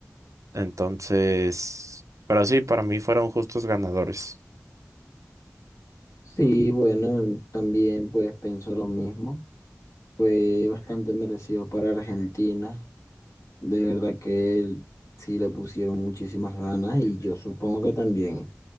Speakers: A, on the right; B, on the left.
A: Entonces, pero sí, para mí fueron justos ganadores.
B: sí, bueno, también pues pienso lo mismo. Fue bastante merecido para Argentina. De verdad que él sí le pusieron muchísimas ganas y yo supongo que también